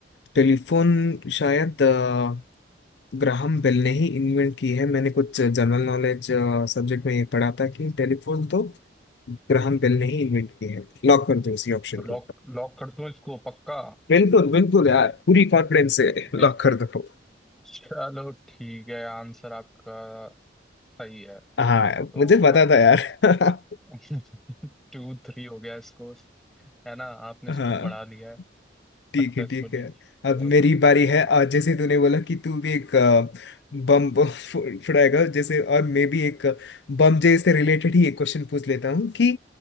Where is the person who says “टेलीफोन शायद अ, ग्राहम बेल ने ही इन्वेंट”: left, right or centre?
Left